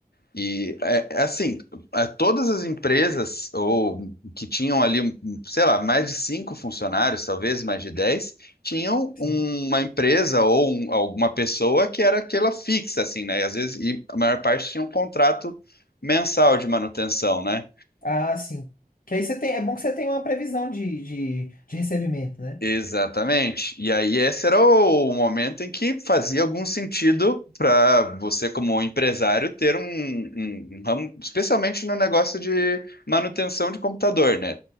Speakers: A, on the left; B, on the left.
A: e é, é assim, é, todas as empresas ou que tinham ali, um, sei lá, mais de cinco funcionários, talvez mais de dez, tinham
B: sim.
A: um- uma empresa ou um- alguma pessoa que era aquela fixa, assim, né? E às vezes, e a maior parte tinha um contrato mensal de manutenção, né?
B: Ah, sim. Que aí você tem, é bom que você tem uma previsão de, de, de recebimento, né?
A: Exatamente. E aí esse era o momento em que fazia algum sentido para você, como empresário, ter um, um- um ramo, especialmente no negócio de manutenção de computador, né?